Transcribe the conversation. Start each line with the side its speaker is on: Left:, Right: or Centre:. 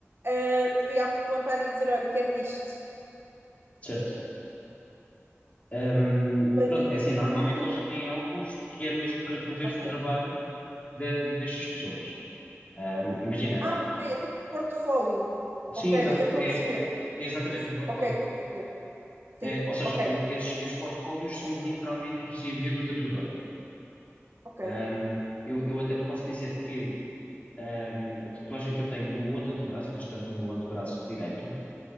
Right: uh, devia apontar e dizer: olha, quero isto.
Left: certo. Hum,
Right: Mas
Left: pronto, é assim, normalmente
Right: onde tu
Left: eles
Right: vais?
Left: já têm alguns que é mesmo para tu veres
Right: Ok.
Left: o trabalho de- destas pessoas. Hum, imagina,
Right: Ah, ok, é tipo portfólio.
Left: sim,
Right: Ok,
Left: exato,
Right: eu estou
Left: é,
Right: a perceber.
Left: é exatamente
Right: Isso,
Left: um portfólio.
Right: ok, estou a perceber.
Left: É,
Right: Sim,
Left: ou seja,
Right: ok,
Left: o- esses, esses portfólios são literalmente o CV do tatuador.
Right: ok.
Left: Hum, eu, eu até te posso dizer que hum, a tatuagem que eu tenho no outro antebraço, neste caso no antebraço direito,